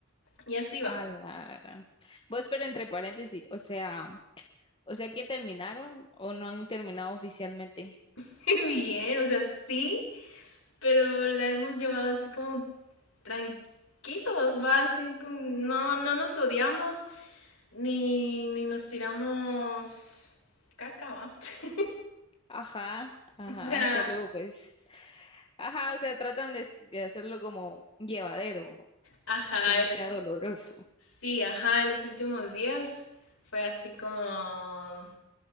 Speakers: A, on the left (about 65°); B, on the left (about 25°).
A: Y así vamos.
B: Ah, la gran. Vos, pero entre paréntesis, o sea, o sea que terminaron o no han terminado oficialmente.
A: <laughs> Bien, o sea, sí, pero la hemos llevado así como tranquilos, va, así, no, no nos odiamos ni, ni nos tiramos caca, va. <laughs>
B: Ajá, ajá,
A: O sea,
B: solo pues. Ajá, o sea, tratan de, de hacerlo como llevadero,
A: ajá,
B: que no
A: en
B: sea
A: los,
B: doloroso.
A: sí, ajá, en los últimos días fue así como